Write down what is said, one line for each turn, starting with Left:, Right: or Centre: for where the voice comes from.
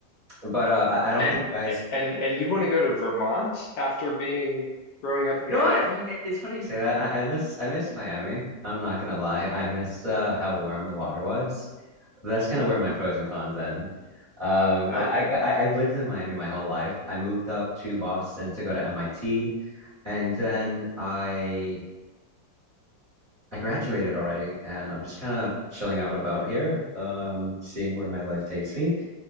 Right: but uh, I, I don't
Left: And
Right: think you guys.
Left: and and you want to go to Vermont after being growing up in
Right: You
Left: Miami?
Right: know what? It, it's funny you say that. I, I miss I miss Miami. I'm not gonna lie. I miss uh, how warm the water was. That's kind of where my pros and cons end. Um,
Left: Oh,
Right: I,
Left: Okay.
Right: I I've lived in Miami my whole life. I moved up to Boston to go to MIT, and then I I graduated already, and I'm just kind of chilling out about here, um, seeing where my life takes me.